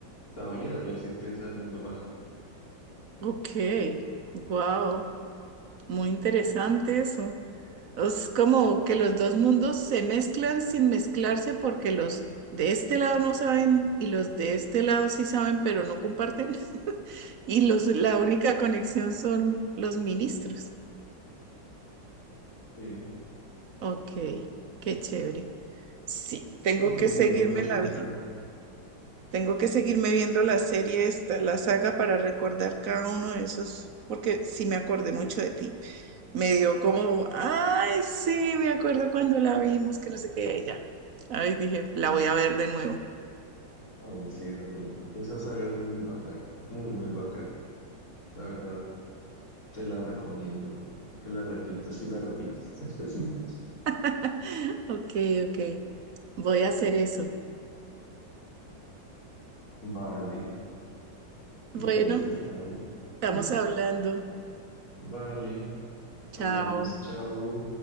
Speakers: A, on the left (about 50°); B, on the right (about 55°).
A: sabía de la existencia del mundo mágico.
B: ok, wow. Muy interesante eso. Es como que los dos mundos se mezclan sin mezclarse porque los de este lado no saben y los de este lado sí saben, pero no comparten. <laughs> Y los, la única conexión son los ministros.
A: <laughs>
B: Ok, qué chévere. Sí, tengo
A: Este es un
B: que seguirme
A: mundo muy
B: la
A: bacán.
B: vi- Tengo que seguirme viendo la serie esta, la saga para recordar cada uno de esos, porque sí me acordé mucho de ti. me dio como, ay, sí, me acuerdo cuando la vimos, que no sé qué, ella. Ay, dije, la voy a ver de nuevo.
A: Ay, sí, esa película, esa saga es muy bacana, muy, muy bacana. La verdad, te la recomiendo que la repitas y la repitas. <laughs>
B: <laughs> Ok, ok, voy a hacer eso.
A: Vale, entonces,
B: Bueno,
A: dale.
B: estamos
A: <laughs>
B: hablando.
A: Vale, hablamos,
B: Chao.
A: chao.